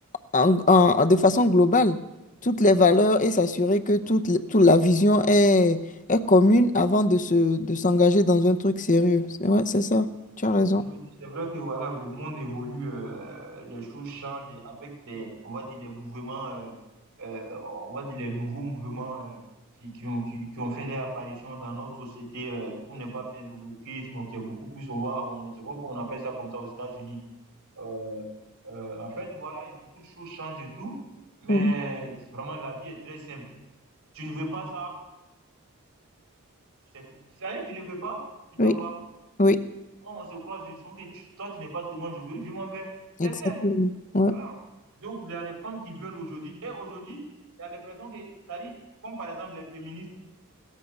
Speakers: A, on the left; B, on the right.
A: en- en- de façon globale toutes les valeurs et s'assurer que toute, l- toute la vision est, est commune avant de se, de s'engager dans un truc sérieux. C'est- Ouais, c'est ça. Tu as raison.
B: Aujourd'hui, c'est vrai que voilà, le monde évolue, euh, les choses changent et avec des, on va dire les mouvements, euh, euh, on va dire les nouveaux mouvements euh, qui, qui ont, qui, qui ont fait leur apparition dans notre société. euh, tout n'est pas bien le wokisme qui est beaucoup plus, on va, on, c'est vrai qu'on appelle ça comme ça aux États-Unis. Euh, euh, en fait, voilà, et beaucoup de choses changent et tout, mais
A: Mm.
B: vraiment la vie est très simple. Tu ne veux pas ça? C'est- Tu savais, tu ne veux pas, tu
A: Oui,
B: t'en vas.
A: oui,
B: Moi, on se croise, je sens que tu- toi, tu n'es pas ce que moi je veux, je m'en vais.
A: exactement.
B: C'est simple.
A: Ouais,
B: Voilà. Donc, les réformes qu'ils veulent aujourd'hui, et aujourd'hui, tu as l'impression que, ça dit, comme par exemple les féministes